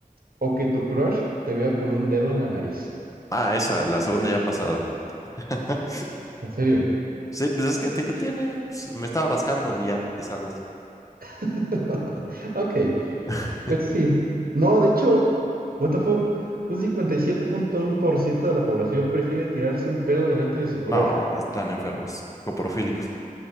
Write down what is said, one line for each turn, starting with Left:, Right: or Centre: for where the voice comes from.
Right: o que tu crush te vea con un dedo en la nariz?
Left: Ah, esa, la segunda ya ha pasado. <laughs>
Right: ¿En serio?
Left: Sí, pues es que, ti- que tiene. pues, me estaba rascando y ya, te salvas.
Right: <laughs> Ok,
Left: <laughs>
Right: pues sí. No, de hecho, what the fuck, un 57.1% de la población prefiere tirarse un pedo delante de su crush.
Left: No, están enfermos. Coprofílicos.